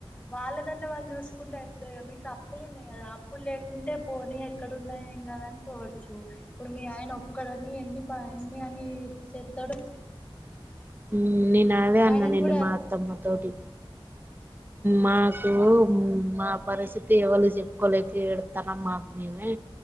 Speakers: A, on the left; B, on the right.
A: వాళ్ళదన్నే వాళ్ళు చూసుకుంటే అయిపోతయి క మీకు అప్పులు ఉన్నాయి కదా, అప్పులు లేకుంటే పోనీ ఎక్కడ ఉన్నాయం కదా అనికోవచ్చు ఇప్పుడు మీ ఆయన ఒక్కడని ఎన్ని ఎన్ని అని చెత్తడు
B: ఉ నీను అదే
A: ఆయనను
B: అన్నా నేను
A: కూడా
B: మా
A: అర్
B: అత్తమ్మ తోటి మాకు
A: ఆ
B: మా పరిస్థితి ఎవళు చెప్పుకోలేక ఏడుతాన మాకు మేమే